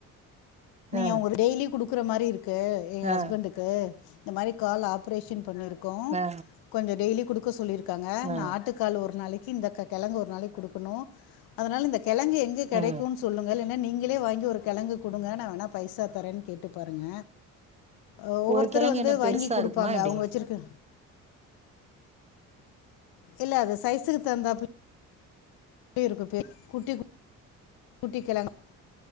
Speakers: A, on the left (about 80°); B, on the right (about 20°).
A: நீங்க
B: ஆ
A: உங்க டெய்லி குடுக் க்குற மாரி இருக் க்கு என் ஹஸ்பண்டுக்கு
B: ஆ
A: இந்த மாரி கால் ஆப்ரேஷன் பண்ணிருக் கு
B: ஆ
A: கொஞ்சம் டெய்லி குடுக் க சொல்லிரு க்காங்க
B: ஆ
A: நா ஆட்டுக்கால் ஒரு நாளைக் இந்த கெ- கெழங்கு ஒரு நாளைக்கி குடுக்கணும். அதனால இந்த கெழங்கு எங்க கெடைக்குனு
B: ஆ
A: சொல்லுங்க நீங்களே வாங்கி ஒரு கெழங்கு குடுங்க நா நா பைசா தரேனு கேட்டுப் பாருங்க அ ஒவ்வொருத்தர்
B: ஒரு கெழங்கு
A: வந்து
B: என்ன
A: வாங்கி
B: பெருசா
A: குடுப்பாங்க
B: இருக்குமா எப்டி
A: அவங்க வச்சிருக்க இல்ல அது சைஸுக்கு தகுந்தாப்ல இருக்கு பேர் குட்டிக் குட்டிக் கெழங்கு